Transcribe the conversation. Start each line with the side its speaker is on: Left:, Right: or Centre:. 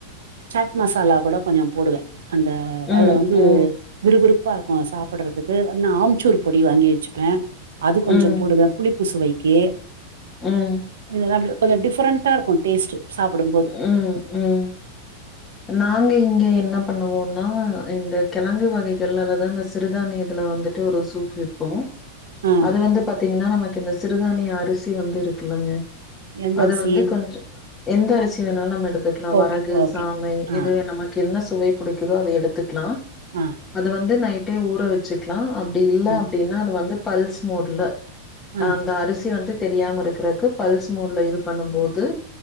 Right: சாட் மசாலா கூட கொஞ்சம் போடுவ அந்த அதுல
Left: ம்,
Right: வந்து
Left: ம்,
Right: விறுவிறுப்பா இருக்கும் சாப்புட்றதுக்கு அ ஆம்ச்சூர் பொடி வாங்கி வச்சுப்பேன் அது கொஞ்சம்
Left: ம்,
Right: போடுவ புளிப்பு சுவைக்கு
Left: ம்
Right: இதாப்லு கொஞ்சம் டிஃப்ரெண்டா இருக்கும் டேஸ்ட்டு சாப்பிடும் போது
Left: ம், ம். நாங்க இங்க என்ன பண்ணுவோனா இந்த கிழங்கு வகைகள் அல்லது அந்த சிறுதானியத்துல வந்து ட்டு ஒரு சூப் வைப்போம்
Right: ஆ
Left: அது வந்து பாத்தீங்கன்னா நமக்கு இந்த சிறுதானிய அரிசி வந்து இருக்குல்லங்க
Right: எந்த
Left: அது
Right: அரிசி
Left: வந்து கொஞ்சம் எந்த அரிசி வேணாலும் நம்ம எடுத்துக்கலாம்
Right: ஓகே
Left: வரகு
Right: ஓகே
Left: சாமை
Right: ஆ
Left: எது நமக்கு என்ன சுவை புடிக்குதோ அத எடுத்துக்கலாம்
Right: அ
Left: அத வந்து நைட்டே ஊற வச்சுக்லாம் அப்டி இல்ல
Right: ஆ
Left: அப்டின்னா அத வந்து பல்ஸ் மோட்ல
Right: ஆ
Left: அந்த அரிசி வந்து தெரியாம இருக்கறக்கு பல்ஸ் மூட்ல இது பண்ணும் போது